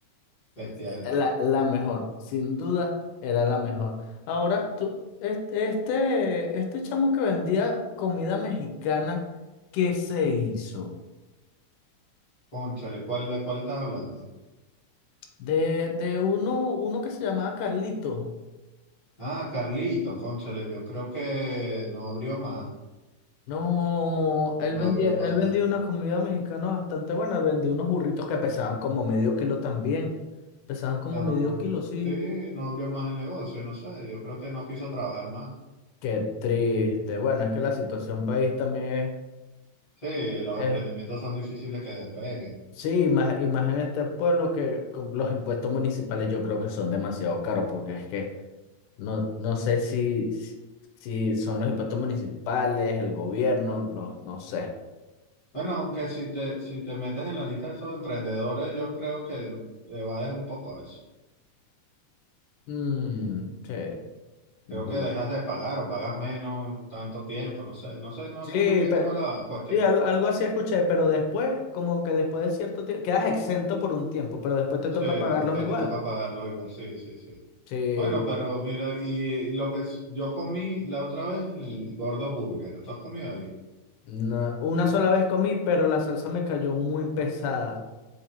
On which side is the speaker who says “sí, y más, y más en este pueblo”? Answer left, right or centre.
Left